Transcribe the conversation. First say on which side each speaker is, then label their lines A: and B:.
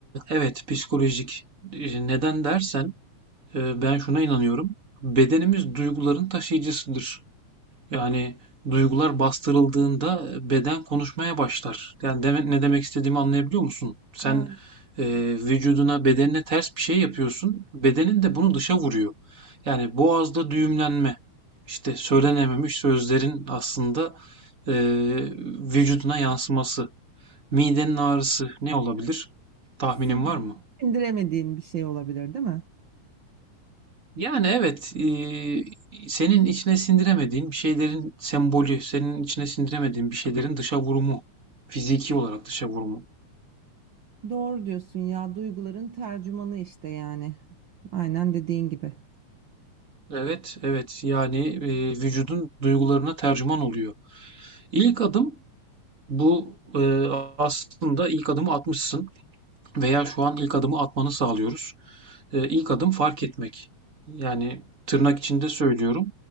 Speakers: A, on the right (about 30°); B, on the right (about 80°).
A: evet psikolojik. E, Neden dersen e, ben şuna inanıyorum. Bedenimiz duyguların taşıyıcısıdır. Yani duygular bastırıldığında beden konuşmaya başlar. Yani deme- ne demek istediğimi anlayabiliyor musun? Sen
B: Yani
A: e,
B: evet.
A: vücuduna, bedenine ters bir şey yapıyorsun. Bedenin de bunu dışa vuruyor. Yani boğazda düğümlenme, işte söylenememiş sözlerin aslında e, vücuduna yansıması. Midenin ağrısı ne olabilir? Tahminin
B: Sin-
A: var mı?
B: Sindiremediğin bir şey olabilir değil mi?
A: Yani evet, e, senin içine sindiremediğin bir şeylerin sembolü, senin içine sindiremediğin bir şeylerin dışa vurumu, fiziki olarak dışa vurumu.
B: Doğru diyorsun ya duyguların tercümanı işte yani. Aynen dediğin gibi.
A: Evet, evet. Yani e, vücudun duygularına tercüman oluyor. İlk adım bu e, aslında ilk adımı atmışsın veya şu an ilk adımı atmanı sağlıyoruz. Eee, ilk adım fark etmek. Yani tırnak içinde söylüyorum.